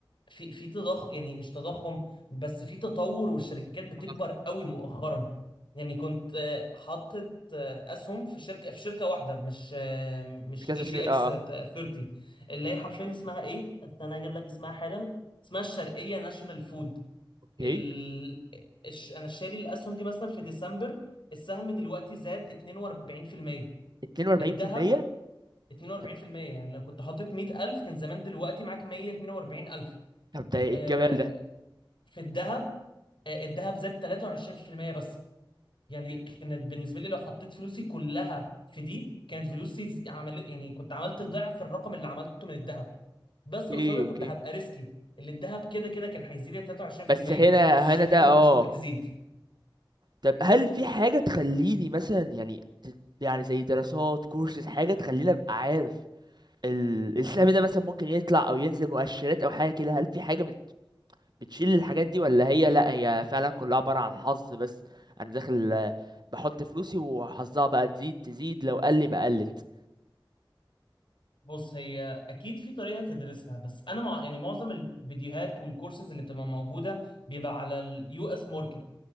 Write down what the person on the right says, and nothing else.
اه
مش كذا
شيء
اه
اه
اوكي
42%
طب
طب ده ايه
الجمال ده
اوكي
اوكي
بس هنا
هنا ده
اه
طب هل في حاجة تخليني مثلا يعني ت- يعني زي دراسات كورسز حاجة تخليني أبقى عارف ال- السهم ده مثلا ممكن يطلع أو ينزل مؤشرات أو حاجة كده هل في حاجة بت- بتشيل الحاجات دي ولا هي لأ هي فعلا كلها عبارة عن حظ بس أنا داخل آه، بحط فلوسي وحظها بقى تزيد تزيد لو قل بقى قلت